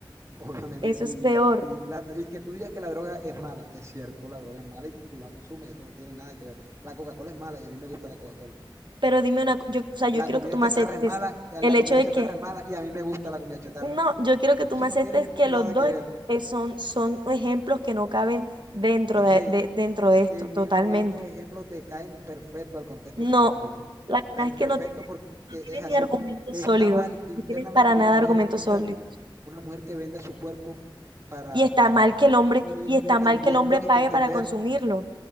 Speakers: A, on the right; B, on the right.
A: <laughs> obviamente,
B: eso
A: y,
B: es peor.
A: y, la- y que tú digas que la droga es mala, es cierto, la droga es mala y tú la consumes, eso no tiene nada que ver. La Coca-Cola es mala y a mí me gusta la Coca-Cola.
B: Pero dime una, co- yo, o sea, yo
A: La
B: quiero
A: comida
B: que tú me
A: chatarra
B: aceptes
A: es mala, y
B: el
A: la
B: hecho
A: comida
B: de
A: chatarra
B: que,
A: es mala y a mí me gusta la comida chatarra.
B: no, yo quiero que tú
A: Eso
B: me
A: no
B: aceptes
A: tiene
B: que
A: nada
B: los dos
A: que ver.
B: eh, son, son ejemplos que no caben dentro
A: Es
B: de,
A: que
B: de- dentro de esto,
A: en
B: totalmente.
A: e- estos ejemplos te caen perfecto al contexto
B: No,
A: que estamos hablando.
B: la verdad
A: Caen
B: es
A: perfecto
B: que no
A: porque
B: No
A: es
B: tienes
A: así.
B: ni argumentos
A: Está
B: sólidos,
A: mal internamente
B: no tienes para
A: que
B: nada
A: una mujer
B: argumentos
A: venda
B: sólidos.
A: una mujer que venda su cuerpo para,
B: Y está
A: para,
B: mal que el hombre,
A: y,
B: y está
A: y también
B: mal que el hombre
A: tienes
B: pague
A: que entender,
B: para consumirlo,